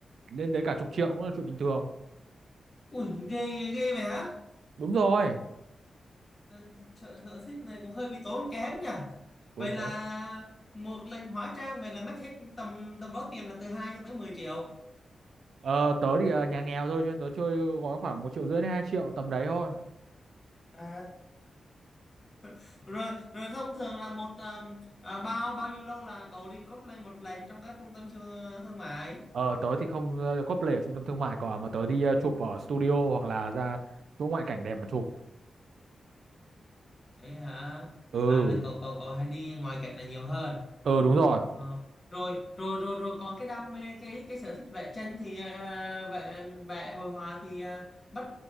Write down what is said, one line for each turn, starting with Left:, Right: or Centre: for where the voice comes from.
Right: lên tới cả chục triệu cũng là chuyện bình thường
Left: ui ghê ghê vậy hả?
Right: đúng rồi
Left: Ờ, Sở sở thích này cũng hơi bị tốn kém nhỉ.
Right: tốn
Left: Vậy là
Right: kém
Left: một lần hóa trang vậy là mất hết tầm tầm đó tiền là từ 2 cho tới 10 triệu.
Right: ờ, tớ thì ờ, nhà nghèo thôi cho nên tớ chơi gói khoảng một triệu rưỡi đến hai triệu tầm đấy thôi
Left: À. <laughs> rồi rồi thông thường là một um, à, bao bao nhiêu lâu là cậu đi cosplay một lần trong các trung tâm siêu thương mại
Right: ờ, tớ thì không uh, cosplay ở trung tâm thương mại cả mà tớ đi ờ, chụp ở studio hoặc là ra chỗ ngoại cảnh đẹp mà chụp
Left: ấy hả
Right: ừ
Left: à, là cậu cậu cậu hay đi ngoài cảnh là nhiều hơn
Right: ừ đúng rồi
Left: Ờ. rồi rồi rồi rồi còn cái đam mê cái cái sở thích vẽ tranh thì à, vẽ vẽ hội họa thì à, bắt